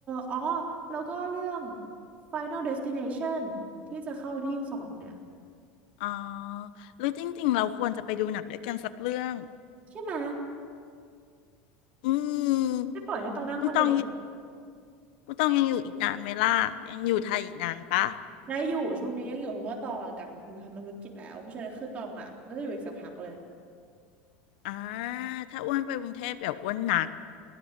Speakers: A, on the right; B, on the left.
A: อ๋อ แล้วก็เรื่อง Final Destination ที่จะเข้าที่ยี่สบสองเนี่ย
B: อ๋อหรือจริงๆเราควรจะไปดูหนังด้วยกันสักเรื่อง
A: ใช่ไหม
B: อืม
A: ไม่ปล่อยให้ตองนั่งคนเดียวหรอก
B: คุณตองคุณตองยังอยู่อีกนานไหมล่ะยังอยู่ไทยอีกนานปะ
A: ได้อยู่ ช่วงนี้ยังอยู่เพราะว่าตองอะกลับมาทำธุรกิจแล้ว เพราะฉะนั้นคือตองอ่ะน่าจะอยู่อีกสักพักเลย
B: อ่าถ้าอ้วนไปกรุงเทพเดี๋ยวอ้วนนัด